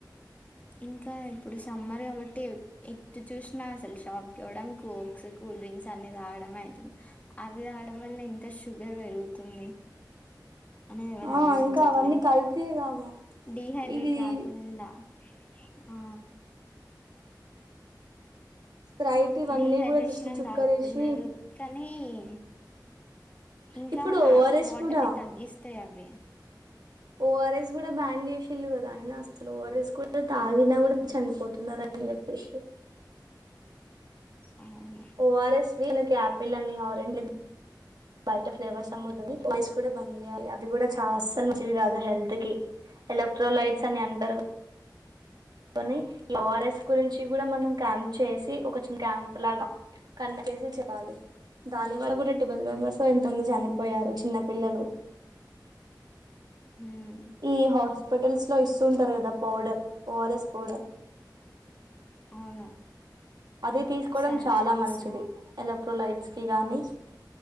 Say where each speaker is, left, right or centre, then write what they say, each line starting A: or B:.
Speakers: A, on the left; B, on the right.
A: ఇంకా ఇప్పుడు సమ్మర్ కాబట్టి ఎట్టు చూసినా అసలు షాప్కి ఓడం కోక్స్ కూల్ డ్రింక్స్ అన్ని త గమే అవి రావడం వల్లే ఇంత షుగర్ పెరుగుతుంది అనేది ఎవరు
B: ఆ
A: ఆలోచించట్లే
B: ఇంకా అవన్నీ కల్తీ కాగా
A: డిహైడ్రేట్
B: ఇది
A: కాకుండా ఆ
B: స్ప్రైట్ ఇవన్నీ
A: డిహైడ్రేషన్
B: కూడా జస్ట్
A: అన్
B: చుక్కరేసి
A: తాగుతున్నారు కానీ అనీ ఇంకా
B: ఇప్పుడు ఓఆర్ఎస్
A: వాటర్ని
B: కూడా
A: తగ్గిస్తాయి అవి
B: ఓఆర్ఎస్ కూడా బ్యాన్ చేసిళ్ళు కదా అయిన అసలు ఓఆర్ఎస్ తాగిన కూడా చనిపోతున్నారా అని చెప్పేసి
A: అవును
B: ఓఆర్ఎస్వి ఆయాపిల్ అని ఆరెంజ్ బయట ఫ్లేవర్స్ అమ్ముతది వాయిస్ కూడా బంద అవి కూడా చాల అస్సలు మంచివి కాదు హెల్త్ కి ఎలక్ట్రోలైట్స్ అని అంటరు కని ఓఆర్ఎస్ గురించి కూడా మనం క్యాంప్ చేసి ఒక చిన్న క్యాంప్ లాగా కాని చేసి చెపాలి దాని వల్ కూడా ట్వెల్వ్ మెంబెర్స్ ఎంతోమంది చనిపోయారు చిన్న పిల్లలు
A: ఉమ్
B: ఈ హాస్పిటల్స్ లో ఇస్తుంటారు కదా పౌడర్ ఓఆర్ఎస్ పౌడర్
A: అవును
B: అది తీసుకోడం
A: సాచెట్స్
B: చాలా మంచిది ఎలక్ట్రోలైట్స్ కి గాని